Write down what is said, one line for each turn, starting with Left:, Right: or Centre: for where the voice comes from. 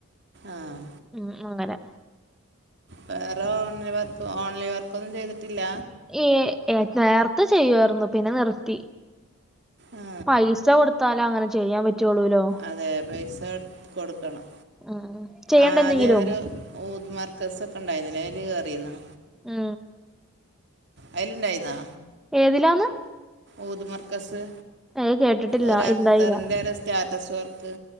Right: ആഹ്
Centre: മ് മ് അങ്ങനെ
Right: വേറെ ഓൺലൈ വർക്ക് ഓൺലൈൻ വർക്കൊന്നും ചെയ്തിട്ടില്ല.
Centre: ഈ ഏ നേർത്തെ ചെയ്യാർന്നു പിന്നെ നിർത്തി
Right: ആ
Centre: പൈസ കൊട് ത്താലങ്ങനെ ചെയ്യാൻ പറ്റൊള്ളൂലോ.
Right: അതെ പൈസ കൊടുക്കണം
Centre: ഉം. ചെയ്യണ്ട
Right: ആദ്യ
Centre: എന്തെങ്കിലും
Right: ഒരു ഊദ് മർക്കസ് ഒക്കെ ഇണ്ടായിരുന്നില്ലേ അതിന് കേറിന്നോ.
Centre: മ്
Right: അയിലിണ്ടായിന്നാ
Centre: ഏതിലാന്ന്?
Right: ഊദ് മർക്കസ്,
Centre: ഏയ് കേട്ടിട്ടില്ല
Right: ഒരു അത്തറിന്റെ
Centre: ഇണ്ടായില്ല
Right: ഒരു സ്റ്റാറ്റസ് വർക്ക്.